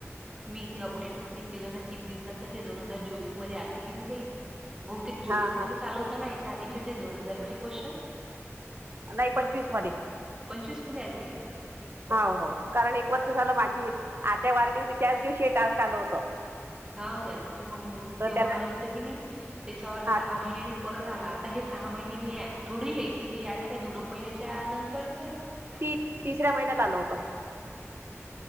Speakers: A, on the right (about 15°); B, on the right (about 50°).
A: मी ते अपडेटच नाही केलं ना किती दिवसां ते दोन हजार चोवीस मध्ये आलत की बहुतेक चोवीस
B: हा हा
A: मध्ये चालवत ना याच्या आधीचे ते दोन हजाराचे क्शन
B: नाही पंचवीस मध्ये
A: पंचवीस मध्ये आल त गे
B: हो हो कारण एक वर्ष झालं माझी आत्या वारली होती त्याच दिवशी हे टास्क आलं होतं
A: हा काय त मग
B: तर
A: तेव्हा
B: त्याला
A: आल होतं की नाही त्याच्यावर
B: हा
A: सहा महिन्यांनी परत आला आता हे सहा महिन्यांनी थोड आहे की हे आता काही दोन महिन्याच्या नंतरच
B: ती तिसऱ्या महिन्यात आल होतं